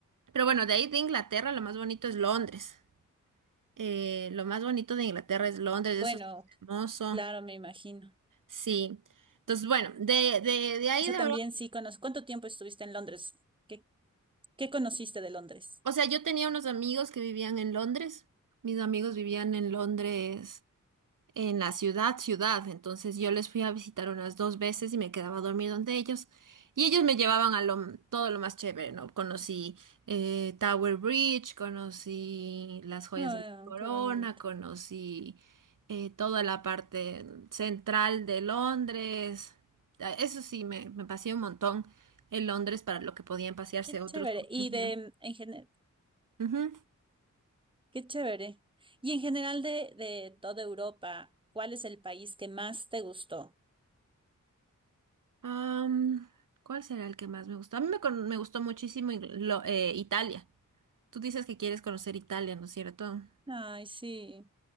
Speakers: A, on the right; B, on the right.
A: Pero bueno, de ahí de Inglaterra lo más bonito es Londres. Eh, lo más bonito de Inglaterra es Londres,
B: Bueno,
A: eso es hermoso.
B: claro, me imagino.
A: Sí. Entonces, bueno, de, de, de ahí
B: O sea,
A: de
B: también
A: Europa.
B: sí conozco. ¿Cuánto tiempo estuviste en Londres? ¿Qué, qué conociste de Londres?
A: O sea, yo tenía unos amigos que vivían en Londres. Mis amigos vivían en Londres, en la ciudad, ciudad. Entonces yo les fui a visitar unas dos veces y me quedaba a dormir donde ellos. Y ellos me llevaban a lo, todo lo más chévere, ¿no? Conocí eh, Tower Bridge, conocí las joyas
B: Ah,
A: de la corona,
B: qué bonito.
A: conocí eh, toda la parte central de Londres. Ah, Eso sí, me, me paseé un montón en Londres para lo que podían pasearse
B: Qué
A: otros
B: chévere.
A: compañeros.
B: ¿Y de, en general?
A: Ujú.
B: Qué chévere. Y en general de, de toda Europa, ¿cuál es el país que más te gustó?
A: Am, ¿cuál será el que más me gustó? A mí me, con- me gustó muchísimo Ingl- lo- eh, Italia. Tú dices que quieres conocer Italia, ¿no es cierto?
B: Ay, sí,